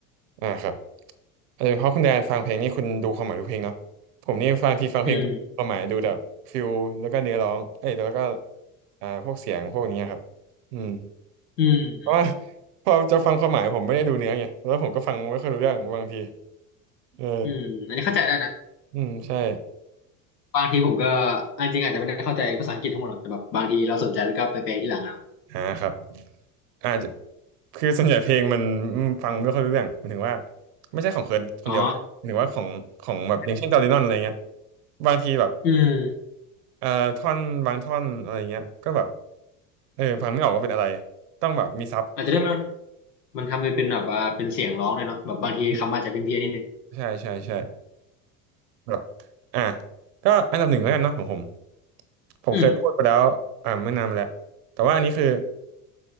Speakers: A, on the right; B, on the left.
A: อ่าครับ เออเพราะคุณแดนฟังเพลงนี่คุณดูความหมายทุกเพลงเนาะผมนี่ฟังทีฟังเพลงความหมายดูแบบฟิลแล้วก็เนื้อร้องเอ้ยแล้วก็
B: อืม
A: อ่าพวกเสียงพวกนี้ครับอืม
B: อืม
A: เพราะว่าพอจะฟังความหมายผมไม่ได้ดูเนื้อไงแล้วผมก็ฟังไม่ค่อยรู้เรื่องบางทีเออ
B: อืมอันนี้เข้าใจได้นะ
A: อืมใช่
B: บางทีผมก็อันจริงอาจจะไม่ได้เข้าใจภาษาอังกฤษทั้งหมดหรอกแต่แบบบางทีเราสนใจแล้วก็ไปแปลที่หลังนะ
A: อ่าครับอาจจะคือส่วนใหญ่เพลงมันอืมฟังไม่ค่อยรู้เรื่องหมายถึงว่าไม่ใช่ของเคิร์นคนเดียวนะหมายถึงว่าของของแบบอย่างเช่นจอร์ดินดนอะไรเงี้ย
B: อ๋อก็จริง
A: บางทีแบบ
B: อืม
A: เอ่อท่อนบางท่อนอะไรเงี้ยก็แบบเออฟังไม่ออกว่าเป็นอะไรต้องแบบมีซับ
B: อาจจะได้มันมันทำไปเป็นแบบว่าเป็นเสียงร้องเลยเนาะแบบบางทีคำอาจจะเป็นเพี้ยนๆนิดนึง
A: อืมใช่ใช่ใช่แบบอ่ะก็อันดับหนึ่งแล้วกันเนาะของผมผมเคยพูดไปแล้วอ่าเมื่อนานมาแล้วแต่ว่าอันนี้คือ
B: อืม